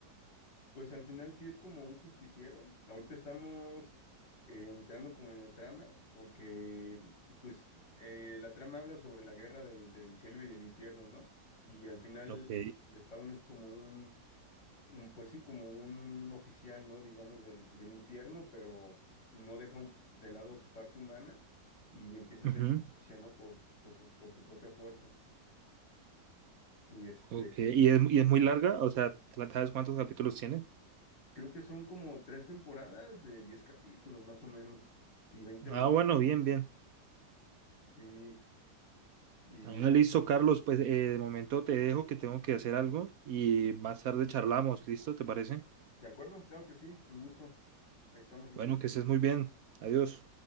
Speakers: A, on the left (about 80°); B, on the right (about 65°).
A: Pues al final sí es como un justiciero. Ahorita estamos eh, entrando como en la trama, porque pues eh, la trama habla sobre la guerra del, del cielo y el infierno, ¿no? Y al final
B: Ok.
A: el Spawn es como un, un, pues sí, como un oficial, ¿no? Digamos del, del infierno, pero no deja un- de lado su parte humana y empieza a
B: Ujú.
A: hacer justicia, ¿no? Por, por su, por su propia fuerza. Y este,
B: Ok. ¿Y es, y es muy larga? O sea, ¿sabes cuántos capítulos tiene?
A: Creo que son como tres temporadas de diez capítulos más o menos y 20
B: Ah,
A: minutos.
B: bueno, bien, bien.
A: Sí, y
B: Ah,
A: eh,
B: listo, Carlos. Pues eh, de momento te dejo que tengo que hacer algo y más tarde charlamos. ¿Listo? ¿Te parece?
A: de acuerdo, claro que sí, un gusto. Ahí estamos en
B: Bueno,
A: contacto.
B: que estés muy bien. Adiós.